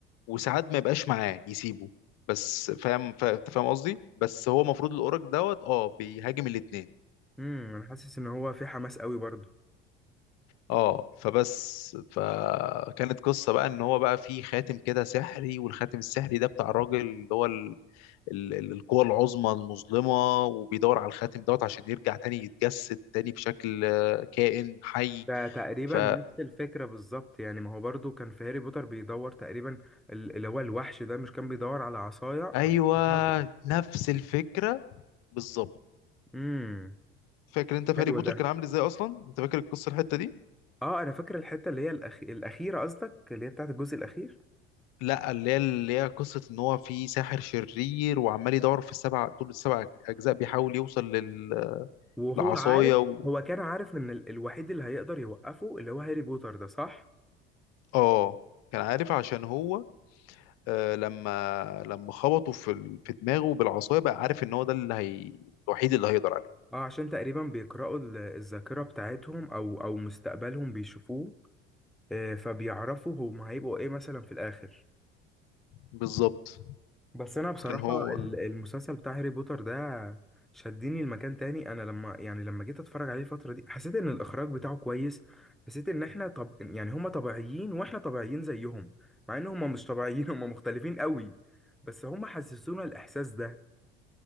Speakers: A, on the left; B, in the centre.
A: وساعات ما يبقاش معاه يسيبه بس فاهم فا- انت فاهم قصدي بس هو المفروض الاورك دوت اه بيهاجم الاتنين
B: امم انا حاسس ان هو في حماس قوي برضه
A: اه فبس فكانت قصة بقى ان هو بقى في خاتم كده سحري والخاتم السحري ده بتاع الراجل اللي هو ال... ال... ال- القوة العظمى المظلمة وبيدور على الخاتم دوت عشان يرجع تاني يتجسد تاني بشكل آه، كائن حي
B: ده تقريبا
A: ف
B: نفس الفكرة بالظبط يعني ما هو برضو كان في هاري بوتر بيدور تقريبا ال- اللي هو الوحش ده مش كان بيدور على عصاية
A: ايوه
B: بتاعته
A: نفس الفكره بالظبط
B: امم
A: فاكر انت في
B: حلو
A: هاري بوتر
B: ده
A: كان عامل ازاي اصلا انت فاكر القصه الحته دي
B: اه انا فاكر الحتة اللي هي الأخ... الأخيرة قصدك اللي هي بتاعت الجزء الأخير
A: لا اللي هي اللي هي قصه ان هو في ساحر شرير وعمال يدور في السبع طول السبع اجزاء بيحاول يوصل لل-
B: وهو
A: للعصايه
B: عارف
A: و...
B: هو كان عارف ان ال... الوحيد اللي هيقدر يوقفه اللي هو هاري بوتر ده صح؟
A: اه كان عارف عشان هو آه لما لما خبطه في ال- في دماغه بالعصايه بقى عارف ان هو ده اللي هي الوحيد اللي هيقدر عليه
B: اه عشان تقريبا بيقرأوا ال- الذاكرة بتاعتهم او او مستقبلهم بيشوفوه آه، فبيعرفوا هم هيبقوا ايه مثلا في الآخر
A: بالظبط
B: بس انا بصراحه
A: كان هو
B: ال- المسلسل بتاع هاري بوتر ده شدني لمكان تاني انا لما يعني لما جيت اتفرج عليه الفتره دي حسيت ان الاخراج بتاعه كويس حسيت ان احنا طب يعني هما طبيعيين واحنا طبيعيين زيهم مع ان هما مش طبيعيين هما مختلفين قوي بس هما حسسونا الاحساس ده